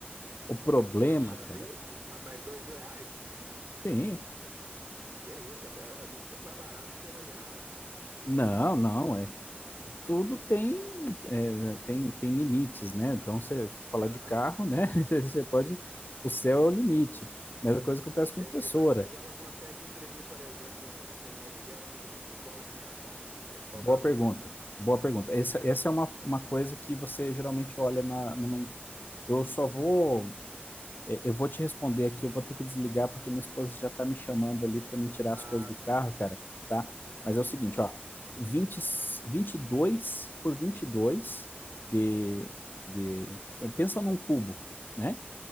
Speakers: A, on the left (about 55°); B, on the right (about 80°).
A: O problema,
B: Ah, Só
A: cara,
B: isso? Ma- Mais dois mil reais?
A: sim.
B: Que é isso, é, mu- é- é muito mais barato do que eu imaginava.
A: Não, não. é. tudo tem, é, tem, tem limites, né? Então, você falar
B: Aham.
A: de carro, né? <laughs> Você pode. O céu é o limite. Mesma coisa acontece
B: Entendi.
A: com impressora.
B: Mas, mas ela consegue imprimir, por exemplo, um, um objeto de, de qual dimensão, assim, né? De qual
A: Boa
B: tamanho?
A: pergunta. Boa pergunta. Essa, essa é uma, uma coisa que você geralmente olha na, numa. Eu só vou É, Eu vou te responder aqui, eu vou ter que desligar porque minha esposa já está me chamando ali para me tirar
B: Ah,
A: as coisas do
B: sim.
A: carro, cara, tá? Mas é o seguinte, ó, vinte, vinte e dois por 22 de, de... eh, Pensa num cubo, né?